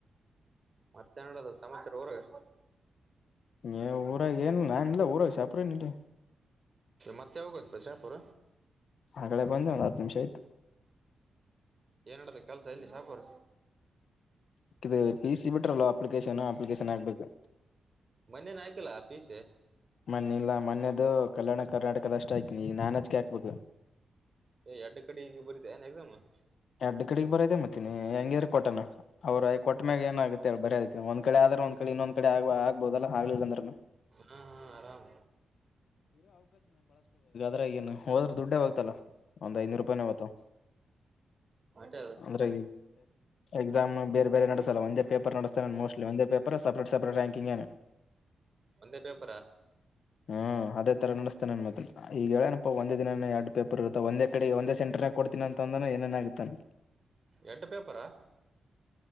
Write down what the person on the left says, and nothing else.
ಏ ಊರಾಗ ಏನ್ ನಾನಿಲ್ಲ ಊರಾಗ <unintelligible> ಇ
ಆಕಡೆೇ ಬಂದೆ ಒಂದ್ ಹತ್ತು ನಿಮಿಷ ಆಯ್ತು.
ಇದು ಪಿ ಸಿ ಬಿಟ್ರಲ್ವಾ ಅಪ್ಲಿಕೇಶನ್ ಅಪ್ಲಿಕೇಶನ್ ಹಾಕ್ಬೇಕು.
ಮೊನ್ನೆ ಇಲ್ಲ ಮೊನ್ನೆದು ಕಲ್ಯಾಣ ಕರ್ನಾಟಕದಷ್ಟೆ ಆಯ್ತು. ಕ್ಯಾಕ್ ಬುಕ್
ಎಡು ಕಡಿ ಬರದೇ ಮತ್ತನಿ ಹೆಂಗಿದ್ರ ಕೊಟ್ಟಣ ಅವ್ರ ಕೊಟ್ಟ ಮ್ಯಾಗ ಏನಾಗಗುತ್ತೆ ಬರದಕ್ಕೆ ಒಂದ್ ಕಡೆ ಆದ್ರೆ ಒಂದ್ ಕಡೆ ಇನ್ನೊಂದ್ಡೆ ಆಗ್ಬೋದಲ್ಲ ಆಗ್ಲಿಲ್ಲಂದ್ರನು
ದ್ರೆಗನು ಹೋದ್ರ ದುಡ್ಡೇ ಹೋಗ್ತಲ್ಲಾ ಒಂದ್ ಐನೂರು ರೂಪಾಯಿನ ಹೊತ್ತು
ಅಂದ್ರೆ ಎಕ್ಸಾಮ್ ಬೇರೆ ಬೇರೆ ನಡಸಲ್ಲ ಒಂದೇ ಪೇಪರ್ ನಡೆಸ್ತೇ ಮೋಸ್ಟ್ಲಿ ಒಂದೇ ಪೇಪರ್ ಅ ಸಪೇಟ್ ಸಪೇಟ್ ರ್ಯಾಿಂಗ
ಹ್ಮ್ ಅದೇ ತರ ನಡೆಸ್ತೇ ನನ್ ಮದ ಈಗ ಹೇಳನಪ್ಪ ಒಂದೇ ದಿನ ಎರಡು ಪೇಪರ್ರುತ್ತಂದ ಕಡೆ ಒಂದ ಸೆಂಟರ್ ನ ಕೊಡ್ತೀನ ಅಂತಂದಾನ ಏನ ಆಗತ್ತತ